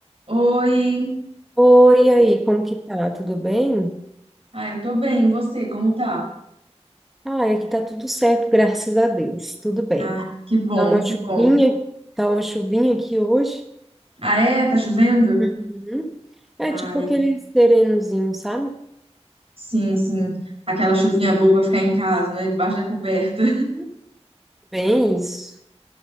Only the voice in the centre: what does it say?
Oi, e aí, como que tá? Tudo bem?
Ah, aqui tá tudo certo, graças a Deus. Tudo bem.
Tá uma chuvinha,
tá uma chuvinha aqui hoje.
Uhum. É
tipo aquele serenozinho, sabe?
Uhum. Bem isso. <laughs>